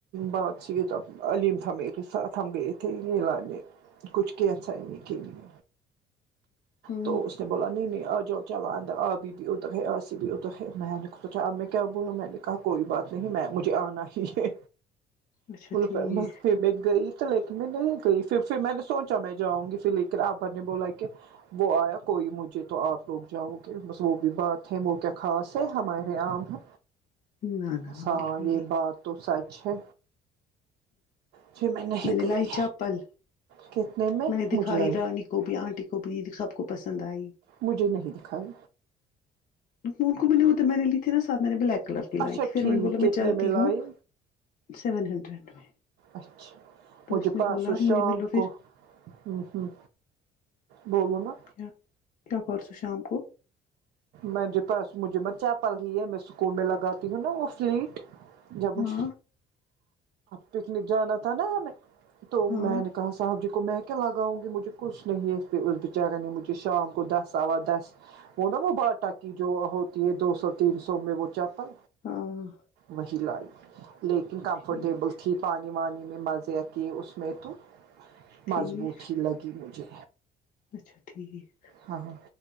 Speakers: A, on the right; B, on the left.
A: بات کی تو علیم تھا میرے ساتھ ہم گئے تھے تھ یہ لانے کچھ کیسنے کے لیے
B: ہمم
A: تو اس اس نے بولا نہیں نہیں آ جاؤ چلو ابھی بھی ا تک ہے آسی بھی ا تک ہے میں نے سوچا اب میں کیا بولوں میں نے کہا کوئی بات نہیں میں مجھے آنا ہی ہے
B: اچھا ٹھیک
A: فیمس
B: ہے،
A: پیم میں گئی تو لیکن میں نہیں گئی پھر پھر میں نے سوچا میں جاؤں گی پھر اقرا آپا نے بولا کہ وہ آیا کوئی مجھے تو آپ لوگ جاؤ گے بس وہ بھی بات ہے وہ کیا خاص ہے ہمارے یہاں عام ہے
B: نہ نہ
A: اچھا
B: نہ بالکل
A: یہ بات تو سچ ہے پھر نہیں
B: میں نے
A: گئی
B: لائی چپل
A: کتنے
B: میں نے
A: مجھ
B: دکھائی
A: لائی
B: رانی کو بھی آنٹی کو بھی سب کو پسند آئی
A: مجھے نہیں دکھائی
B: مون کو میں نے ادھر میں نے لی تھی ساتھ میں نے بلیک کلر کی
A: اچھا
B: لائی تھی پھر
A: ٹھیک
B: میں نے بولا
A: کتنے
B: میں چلتی
A: لائی
B: ہوں سیون ہنڈریڈ میں
A: اچھا
B: تو
A: مجھے
B: اس نے
A: پرسوں
B: بولا مجھے
A: شام
B: ملو پھر
A: کو ہوں ہوں بولو نا
B: کیا کیا پرسوں شام کو
A: میں جو پرسوں مجھے میں چپل لی ہے میں اسکول میں لگاتی ہوں نا وہ سلیٹ جب مجھ
B: ہاں
A: پکنک جانا تھا نا ہمیں تو
B: ہاں
A: میں نے کہا صاحب جی کو میں کیا لگاؤں گی مجھے کچھ نہیں اس پے اس بیچارے نے یہ مجھے شام کو دس سوا دس وہ نا وہ باٹا کی جو ہوتی ہے دو سو تین سو میں وہ چپ ل
B: ہاں
A: وہی لائی لیکن کمفرٹیبل
B: ٹھیک
A: کی پانی وانی میں مزے آتی ہے اس میں تو مضبوط
B: ٹھیک
A: ہی لگی مجھے
B: اچھا ٹھیک ہے
A: ہاں ہاں